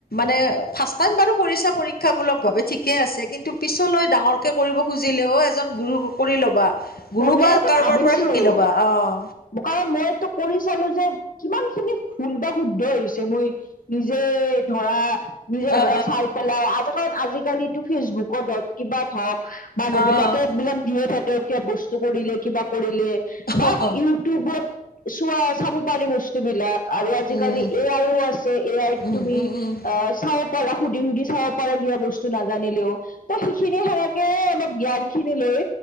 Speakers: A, on the left (about 80°); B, on the left (about 65°).
A: ৰ ফাৰ্ষ্ট টাইম বাৰু কৰিছা পৰীক্ষামূলক ভাৱে, পিছৰখিনি ডাঙৰ কে কৰিব খুজিলেও এজন গুৰু কৰি ল'বা, গুৰু
B: মই
A: বা
B: এইটো
A: কাৰোবাৰ
B: ভাবিছো
A: পৰা শিকি ল'বা অ'।
B: কাৰণ মই এইটো কৰি চালো যে, কিমান খিনি ভূল বা শুদ্ধ হৈছে, মই নিজে ধৰা নিজে ধৰা
A: অ
B: চাই পেলাও আজিকালি- আজিকালিটো ফেচবুকত হওঁক কিবাত হওঁক মানুহ
A: অ অ
B: বিলাকে বিলাক দিয়ে থাকে কিবা বস্তু কৰিলে কিবা কৰিলে লে বা
A: অ
B: ইউটিউবত চোৱা পাৰি বস্তুবিলাক আৰু আজিকালি
A: উম
B: এ আইও আছে এ আইত
A: উম
B: তুমি
A: উম উম
B: চাব পাৰা সুধি সুধি চাব পাৰে, কিবা বস্তু নাজানিলেও ত সেইখিনিয়ে সেনেকে অলপ জ্ঞান খিনি লৈ